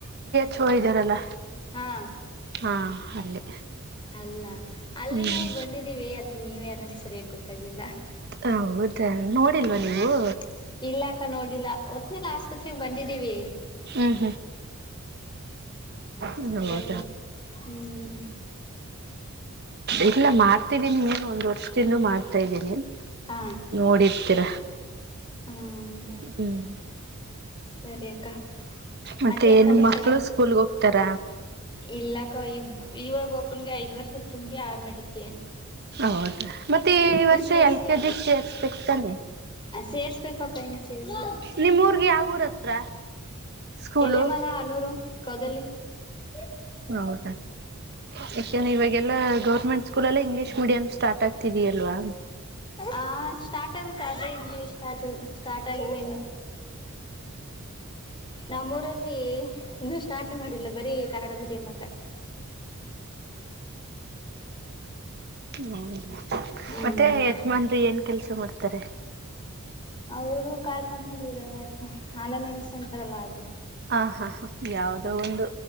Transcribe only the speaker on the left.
ಹಾ
ಅಲ್ಲ ಅಲ್ಲೇ
ನಾವು ಬಂದಿದ್ದೀವಿ ಅದ ನೀವ್ ಯಾರಂತ ಸರಿಯಾಗಿ ಗೊತ್ತಾಗ್ಲಿಲ್ಲ
ಹ್ಮ್
ಇಲ್ಲಾಕ ನೋಡಿಲ್ಲ ಒತ್ತುನಾಗಆಸ್ಪತ್ರೆಗೆ ಬಂದಿದ್ದೀವಿ <inaudible>
ಬಂದಿಲ್ಲ
ಹ್ಮ್
ಹಾ
ಹ್ಮ್
ಸರಿ ಅಕ್ಕ
ಮತ್ತೇನ್ ಸಮಾಚಾರ
ಇಲ್ಲಕ್ಕ ಇವಾಗ ಒಬ್ಬನ್ಗೆ ಐದ್ ವರ್ಷ ತುಂಬಿ ಆಡ್ ನಡಿತ
ಸೇರ್ಸಿಲ್ಲ
ಸೇರ್ಸ್ಬೇಕು ಅಕ್ಕ ಇನ್ನು ಸೇರ್ಸಿಲ್ಲ
ಎಲೆಮಲ ಹನೂರು ಕೌದಲಿ ಕೌದಲಿ
ಆ ಸ್ಟಾರ್ಟ್ ಆಗುತ್ತೆ ಆದ್ರೆ ಇಲ್ಲಿ ಸ್ಟಾರ್ಟ್ ಸ್ಟಾರ್ಟ್ ಆಗಿಲ್ಲ ಇನ್ನು ನಮ್ಮ್ ಊರಲ್ಲಿ ಇನ್ನೂ ಸ್ಟಾರ್ಟ್ ಮಾಡಿಲ್ಲ ಬರೀ ಕನ್ನಡ ಮೀಡಿಯಂ ಹತ್ರ
ಹ್ಮ್
ಅವರು ಕಾರ್ ಕಂಪ್ನಿಲಿ ಇದಾರೆ ಆಲಮೆಂಟ್ಸ್ ಅಂತಾರಲ್ಲ ಅದು
ಹ್ಮ್